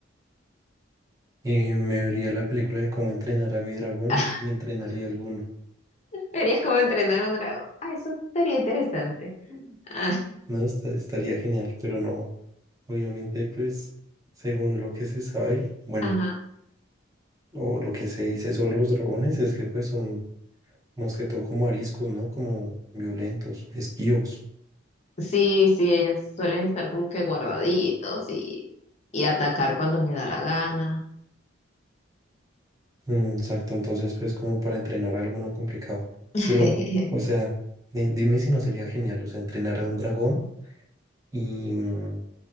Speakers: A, on the right; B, on the left.
A: Y me vería la película de cómo entrenar a mi dragón
B: <laughs>
A: y entrenaría alguno.
B: Verías cómo entrenar a un dragón. Ah, eso estaría interesante. Ah,
A: No, esta- estaría genial, pero no, obviamente, pues, según lo que se sabe, bueno,
B: ajá.
A: o lo que se dice sobre los dragones es que pues son más que todo como ariscos, ¿no? Como violentos, esquivos.
B: Sí, sí, ellos suelen estar como que guardaditos y, y atacar cuando les da la gana
A: Mm, exacto, entonces pues como para entrenar a alguno complicado.
B: <laughs>
A: Pero, o sea, di- dime si no sería genial, o sea, entrenar a un dragón y, mm,